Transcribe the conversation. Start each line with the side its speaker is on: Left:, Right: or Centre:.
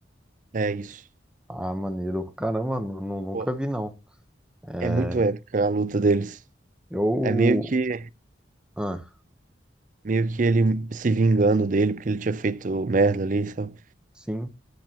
Right: É isso.
Centre: Ah, maneiro. Caramba, nu- nu- nunca
Right: Pô,
Centre: vi, não. É,
Right: é muito épica a luta deles.
Centre: eu...
Right: É meio que,
Centre: Ah,
Right: meio que ele se vingando dele, porque ele tinha feito merda ali, sabe?
Centre: sim.